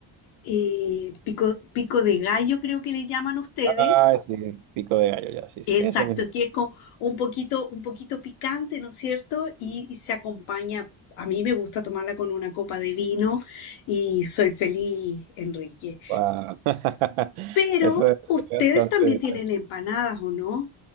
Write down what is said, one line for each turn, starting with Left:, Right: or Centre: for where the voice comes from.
Left: eh, pico, pico de gallo, creo que le llaman ustedes.
Right: Ay, sí, pico de gallo, ya, sí, sí,
Left: Exacto,
Right: ese mismo.
Left: que es como un poquito, un poquito picante, ¿no es cierto? Y, y se acompaña. A mí me gusta tomarla con una copa de vino y soy feliz, Enrique.
Right: Wow. <laughs>
Left: Pero
Right: Eso es
Left: ustedes
Right: bastante.
Left: también tienen empanadas, ¿o no?